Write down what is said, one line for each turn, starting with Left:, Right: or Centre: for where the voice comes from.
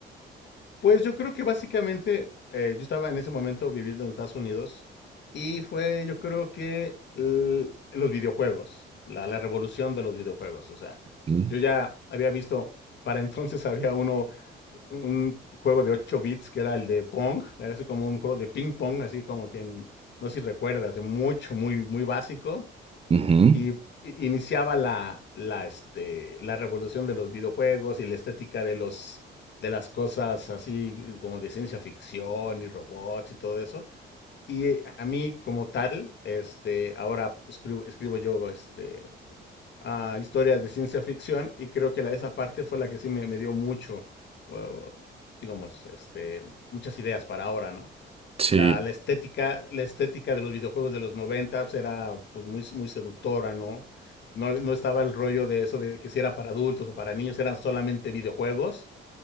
Left: Pues yo creo que básicamente eh, yo estaba en ese momento viviendo en Estados Unidos y fue yo creo que l- los videojuegos, la, la revolución de los videojuegos. O sea,
Right: Mm.
Left: yo ya había visto, para entonces había uno, un juego de 8 bits que era el de Pong, era así como un juego de ping pong, así como que en- no sé si recuerdas, mucho, muy, muy básico.
Right: Ujú,
Left: y i- iniciaba la, la, este, la revolución de los videojuegos y la estética de los, de las cosas así eh, como de ciencia ficción y robots y todo eso. Y eh, a mí como tal, este, ahora escribo, escribo yo este, a historias de ciencia ficción y creo que la, esa parte fue la que sí me, me dio mucho, o- digamos, este, muchas ideas para ahora, ¿no?
Right: Sí.
Left: La, la estética, la estética de los videojuegos de los 90 pues, era pues muy, muy seductora, ¿no? No, no estaba el rollo de eso de que si era para adultos o para niños, eran solamente videojuegos.